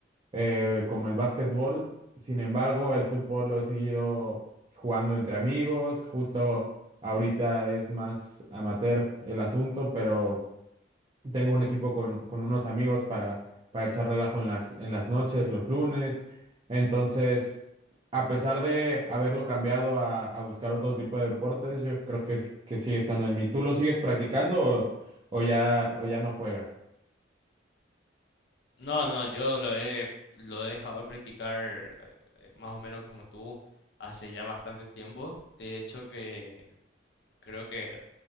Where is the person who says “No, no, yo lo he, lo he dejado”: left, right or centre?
Left